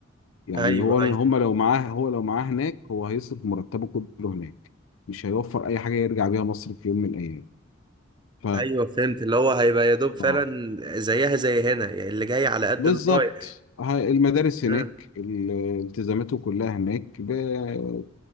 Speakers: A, on the left; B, on the right.
A: يعني
B: ايوه
A: هو هم
B: ايوه
A: لو معاه هو لو معاه هناك هو هيصرف مرتبه كله هناك مش هيوفر أي حاجة يرجع بيها مصر في يوم من الأيام ف
B: ايوه فهمت اللي هو هيبقى يا دوب فعلا
A: اه
B: زيها زي هنا يعني اللي جاي على قد
A: بالظبط
B: اللي رايح
A: هاي- المدارس هناك
B: آه.
A: ال- التزاماته كلها هناك ب-